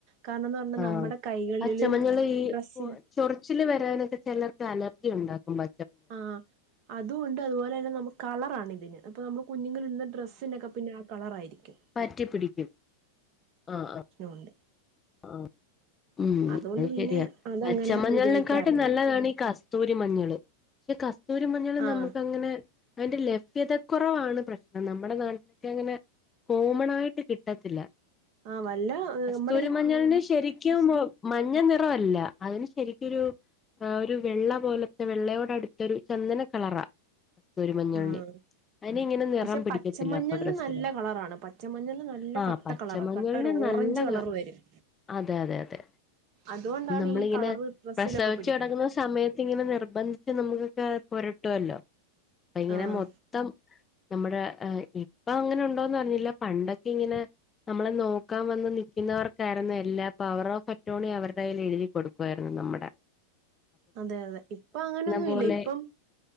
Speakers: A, on the right (about 40°); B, on the left (about 20°).
A: കാരണം എന്ന് പറഞ്ഞ
B: ആഹ്
A: നമ്മുടെ കൈകളിലും
B: പച്ചമഞ്ഞള് ഈ
A: ഡ്രസ്സി
B: ചൊറിച്ചില് വരാനൊക്കെ ചിലർക്ക് അലർജി ഉണ്ടാക്കും പ
A: ആഹ് അതും ഉണ്ട് അതുപോലെ തന്നെ നമുക്ക് കളറാണ് ഇതിന്, അപ്പൊ നമ്മടെ കുഞ്ഞുങ്ങൾ ഇടുന്ന ഡ്ര ഡ്രസ്സിനൊക്കെ പിന്നെ ആഹ് കളറായിരിക്കും.
B: പറ്റിപിടിക്കും ആഹ് ആഹ്.
A: ഉണ്ട്
B: ആഹ് ഉം
A: അതുകൊണ്ട്
B: അത്
A: പിന്നെ
B: ശരിയാ,
A: അതങ്ങനെ
B: പച്ചമഞ്ഞളിനെക്കാട്ടും
A: ഉപയോഗിക്കാറില്ല
B: നല്ലതാണ് ഈ കസ് തൂരി മഞ്ഞള് പക്ഷെ കസ്തൂരി മഞ്ഞള്
A: ആഹ്
B: നമുക്ക് അങ്ങനെ. അതിന്റെ ലഭ്യതക്കുറവാണ് പ്രശ്നം നമ്മുടെ നാട്ടില് അങ്ങനെ. കോമൺ ആയിട്ട് കിട്ടത്തില്ല.
A: ആഹ് വല്ല ഉം.
B: കസ്തൂരി മഞ്ഞളിന് ശരിക്കും ഒ മഞ്ഞനിറം അല്ല, അതിന് ശരിക്കൊരു. ആഹ് ഒരു വെള്ള പോലത്തെ വെള്ളയോടുത്തൊരു ചന്ദന കളറാ. കസ്തൂരി മഞ്ഞളിന്
A: ആഹ്
B: അതി ഇങ്ങനെ നിറം
A: പക്ഷെ
B: പിടിക്കത്തില്ല
A: പച്ചമഞ്ഞളിന്
B: ആഹ് ഡ്രസ്സിമും
A: നല്ല
B: അപ്പൊ
A: കളറാണ് പച്ചമഞ്ഞളിന് നല്ല
B: പറ്റിയ.
A: കട്ട
B: പച്ച
A: കളറാ
B: മഞ്ഞളിന്
A: കട്ട ഒരു
B: നല്ലത്.
A: ഓറഞ്ച് കളർ വരും
B: അതെ അതെ അതെ
A: അതുകൊണ്ടാണ്
B: നമ്മളിങ്ങനെ
A: ഈ കളറ് ഡ്രസ്സിലൊക്കെ
B: പ്രസവിച്ചു
A: പിടിക്കുന്നെ
B: കിടക്കുന്നു. സമയത്ത് ഇങ്ങനെ നിർബന്ധിച്ച് നമ്മളൊക്കെ പുരട്ടുമല്ലോ, അത് ഇങ്ങനെ
A: ആഹ്
B: മൊ ത്തം നമ്മുടെ ഏഹ് ഇപ്പൊ അങ്ങനെ ഉണ്ടോയെന്നറിയില്ല പണ്ടൊക്കെ ഇങ്ങനെ. നമ്മളെ നോക്കാൻ വന്ന് നൽക്കുന്നവർക്ക്. യിരുന്നു എല്ലാ പവർ ഓഫ് ആട്ടോർണേയാ അവരുടെ കയ്യിൽ എഴുതി കൊടുക്കുവായിരുന്നു നമ്മടെ.
A: അതെ അതെ ഇപ്പൊ അങ്ങനെയൊന്നുമില്ല
B: പോലെ
A: ഇപ്പം.